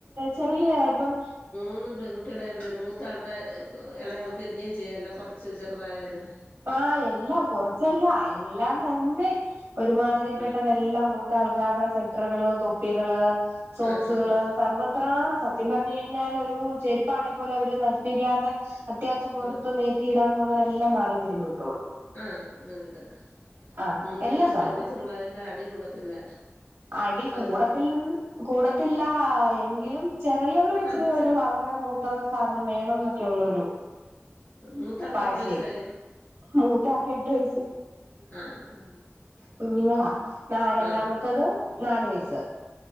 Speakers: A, on the right; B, on the left.
A: ചെറിയ ഇപ്പം
B: ഒന്നും പെൺങ്കു കുട്ട്യേളെ എവിടെ മൂത്താളുടെ ഇളയാൾക്ക് ഇടുകയും ചെയ്യാലോ കൊറച്ച് ചെറുതായാലും.
A: അപ്പാ എല്ലാം കൊറച്ചല്ല എല്ലാം തന്നെ ഒരുമാതിരി പെട്ടെന്ന്
B: ആഹ്
A: എല്ലാം മൂ ത്താൾക്കാരുടെ സെറ്ററുകള്, തൊപ്പികള്, സോക്സുകള്,
B: ആഹ് ആഹ്
A: സർവ എത്രാണ് സത്യം പറഞ്ഞു കഴിഞ്ഞാൽ ഒരു ചെരുപ്പാണെ പോലെ അവര് നശിപ്പിക്കാതെ അത്യാവശ്യം പുറത്തു
B: ആഹ്
A: നേറ്റിയിടാന്ന എന്നുള്ളത എല്ലാം മാറി തിരിഞ്ഞു കിട്ടുള്ളൂ
B: ആഹ് അങ്ങനെല്ല
A: ആഹ്
B: മൂന്ന്
A: എല്ലാ
B: പേരോട്
A: സാധനവും
B: പെൺകൊച്ച ങ്ങള <unintelligible> ന്റ അടി കൂടത്തില്ല
A: അടി
B: അവര്
A: കൂടത്തിൽ നിന്ന് കൂടത്തില്ല. എങ്കിലും ചെറിയവള് ഇച്ചിരി
B: ആഹ് ചെ
A: ഒരു അവർ മൂത്തവർടെ സാധനം വേണം എന്നൊക്കെ ഉള്ളൊരു
B: മൂത്താൾക്ക്
A: പാശയക്ക
B: എത്ര വയസ്സായി
A: മൂത്താക്ക് എട്ട് വയസ്സ്
B: ആഹ്
A: കുഞ്ഞുങ്ങളാ ന രണ്ടാമത്തത്
B: ആഹ്
A: നാാലു വയസ്സ്.